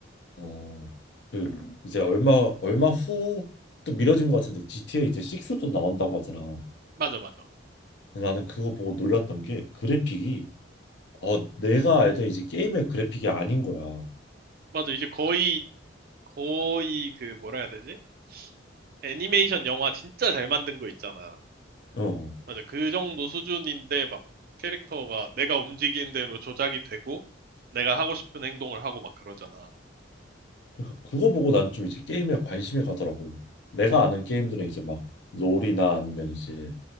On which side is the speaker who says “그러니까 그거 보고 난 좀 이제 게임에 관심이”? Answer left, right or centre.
Left